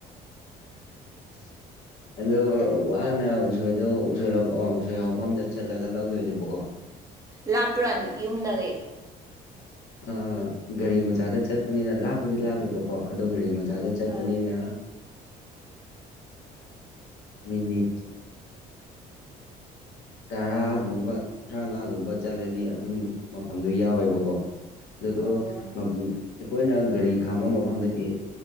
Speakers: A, on the left (about 80°); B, on the right (about 20°).
A: <inaudible> ꯑꯗꯣ ꯋꯥꯅ ꯎꯁꯣꯏꯗꯣ ꯎꯁꯣꯏ ꯑ ꯎꯁꯣꯏ ꯍꯐꯝꯗ ꯆꯠꯂꯒ ꯂꯧꯗꯣꯏꯅꯦꯕꯀꯣ
B: ꯂꯥꯞꯄ꯭ꯔꯅꯤ ꯌꯨꯝꯗꯒꯤ
A: ꯑ ꯒꯥꯔꯤ ꯃꯆꯥꯗ ꯆꯠꯄꯅꯤꯅ ꯂꯥꯞꯄꯨꯗꯤ ꯂꯥꯞꯄꯦꯕꯀꯣ ꯑꯗꯣ ꯒꯥꯔꯤ ꯃꯆꯥꯗ ꯆꯈꯅꯤꯅ
B: ꯍꯣꯏ
A: ꯃꯤꯅꯤꯦ ꯇꯔꯥꯒꯨꯝꯕ ꯇꯔꯥꯃꯉꯥꯒꯨꯝꯕ ꯆꯠꯂꯗꯤ ꯑꯗꯨꯝ ꯃꯐꯝꯗꯨ ꯌꯥꯎꯋꯦꯕꯀꯣ ꯑꯗꯨꯗꯣ
B: ꯑꯣ
A: ꯑꯩꯈꯣꯏꯅ ꯒꯥꯔꯤ ꯈꯥꯝꯕ ꯃꯐꯝꯗꯒꯤ